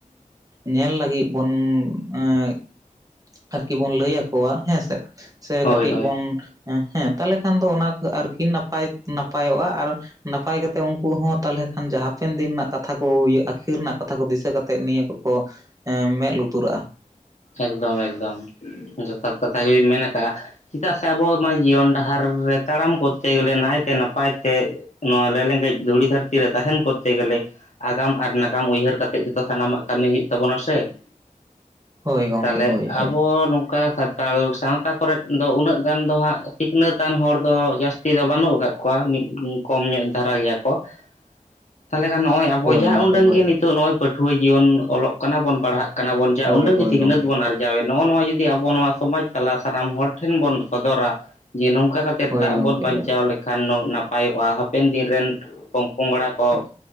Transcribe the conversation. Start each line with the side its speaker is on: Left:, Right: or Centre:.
Right: ᱧᱮᱞ ᱞᱟᱹᱜᱤᱫ ᱵᱳᱱ ᱮᱸ ᱟᱨᱠᱤ ᱵᱚᱱ ᱞᱟᱹᱭ ᱟᱠᱚᱣᱟ ᱦᱮᱸᱥᱮ ᱾ ᱥᱮ
Left: ᱦᱳᱭ
Right: ᱠᱟᱹᱴᱤᱡ
Left: ᱦᱳᱭ
Right: ᱵᱚᱱ ᱦᱮᱸ ᱛᱟᱦᱚᱞᱮ ᱠᱷᱟᱱ ᱫᱚ ᱚᱱᱟ ᱠ ᱟ ᱟᱨᱠᱤ ᱱᱟᱯᱟᱭᱚᱜᱼᱟ ᱟᱨ ᱱᱟᱯᱟᱭ ᱠᱟᱛᱮᱜ ᱩᱱᱠᱩ ᱦᱚᱸ ᱛᱟᱞᱦᱮ ᱠᱷᱟᱱ ᱡᱟ ᱦᱟᱯᱮᱱ ᱫᱤᱱᱟᱜ ᱠᱟᱛᱷᱟ ᱠᱚ ᱩᱭᱦᱟᱹᱨ ᱟᱹᱷᱤᱨ ᱨᱮᱱᱟᱜ ᱠᱟᱛᱷᱟ ᱠᱚ ᱫᱤᱥᱟᱹ ᱠᱟᱛᱮᱫ ᱱᱤᱭᱟᱹ ᱠᱚ ᱢᱮᱫ ᱞᱩᱛᱩᱨᱟᱜᱼᱟ ᱾
Left: ᱮᱠᱫᱚᱢ ᱮᱠᱫᱚᱢ ᱡᱚᱛᱷᱟᱛ ᱠᱟᱛᱷᱟ ᱜᱮᱢ ᱢᱮᱱ ᱠᱟᱜᱼᱟ ᱾ ᱪᱮᱫᱟᱜ ᱥᱮ ᱟᱵᱚ ᱢᱟ ᱡᱤᱭᱚᱱ ᱰᱟᱦᱟᱨ ᱨᱮ ᱛᱟᱲᱟᱢ ᱠᱚᱛᱮ ᱜᱮᱞᱮ ᱱᱟᱭᱛᱮ ᱱᱟᱯᱟᱭ ᱛᱮ ᱱᱚᱣᱟ ᱞᱮ ᱞᱮᱜᱮᱸᱡ ᱫᱷᱩᱲᱤ ᱫᱷᱟᱹᱨᱛᱤ ᱨᱮ ᱛᱟᱦᱮᱸᱱ ᱠᱚᱛᱮ ᱜᱮᱞᱮ ᱟᱜᱟᱢ ᱟᱨ ᱱᱟᱜᱟᱢ ᱩᱭᱦᱟᱹᱨ ᱠᱟᱛᱮᱫ ᱜᱮᱛᱚ ᱥᱟᱱᱟᱢᱟᱜ ᱠᱟᱹᱢᱤ ᱦᱩᱭᱩᱜ ᱛᱟᱵᱚᱱᱟ ᱥᱮ ᱾
Right: ᱦᱳᱭ ᱜᱚᱢᱠᱮ
Left: ᱛᱟᱦᱞᱮ
Right: ᱦᱳᱭ ᱦᱳᱭ
Left: ᱟᱵᱚ ᱱᱚ ᱚᱠᱟ ᱥᱟᱱᱛᱟᱞ ᱥᱟᱶᱛᱟ ᱠᱚᱨᱮᱫ ᱫᱚ ᱩᱱᱟᱹᱜ ᱜᱟᱱ ᱫᱚ ᱦᱟᱸᱜ ᱥᱤᱠᱷᱱᱟᱹᱛ ᱟᱱ ᱦᱚᱲ ᱫᱚ ᱡᱟᱹᱥᱛᱤ ᱛᱤ ᱫᱚ ᱵᱟᱹᱱᱩᱜ ᱟᱠᱟᱫ ᱠᱚᱣᱟ ᱢᱤᱫ ᱠᱚᱢ ᱧᱚᱜ ᱫᱷᱟᱨᱟᱭ ᱜᱮᱭᱟ ᱠᱚ ᱾ ᱛᱟᱦᱞᱮ ᱠᱷᱟᱱ ᱱᱚᱜᱼᱚᱭ ᱟᱵᱚ
Right: ᱦᱳᱭ
Left: ᱡᱟᱦᱟᱸ
Right: ᱜᱚᱢᱠᱮ
Left: ᱩᱰᱝ
Right: ᱦᱳᱭ
Left: ᱜᱮ ᱱᱤᱛᱚᱜ ᱱᱚᱜᱼᱚᱭ ᱯᱟᱹᱴᱷᱩᱣᱟᱹ ᱡᱤᱭᱚᱱ ᱚᱞᱚᱜ ᱠᱟᱱᱟ ᱵᱚᱱ ᱯᱟᱲᱦᱟᱜ ᱠᱟᱱᱟ ᱵᱚᱱ ᱪᱟ
Right: ᱦᱳᱭ
Left: ᱚᱸᱰᱮ
Right: ᱦᱳᱭ
Left: ᱜᱤ ᱥᱤᱠᱷᱱᱟᱹᱛ
Right: ᱜᱚᱢᱠᱮ
Left: ᱵᱚᱱ ᱟᱨᱡᱟ ᱡᱟᱣᱟ ᱱᱚᱜᱼᱚ ᱱᱚᱣᱟ ᱡᱩᱫᱤ ᱟᱵᱚ ᱱᱚᱣᱟ ᱥᱚᱢᱟᱡᱽ ᱛᱟᱞᱟ ᱥᱟᱱᱟᱢ ᱦᱚᱲ ᱴᱷᱮᱱ ᱵᱚᱱ ᱥᱚᱫᱚᱨᱟ ᱡᱮ ᱱᱚᱝᱠᱟ ᱠᱟᱛᱮ
Right: ᱦᱳᱭ
Left: ᱛᱮᱫ ᱫᱟᱜ
Right: ᱜᱚᱢᱠᱮ
Left: ᱵᱚᱱ ᱵᱟᱧᱪᱟᱣ
Right: ᱦᱳᱭ
Left: ᱞᱮᱠᱷᱟᱱ ᱱᱚ ᱱᱟᱯᱟᱭᱚᱜᱼᱟ ᱦᱟᱯᱮᱱ ᱫᱤᱱ ᱨᱮᱱ ᱯᱚᱝ ᱯᱚᱝᱲᱟ ᱠᱚ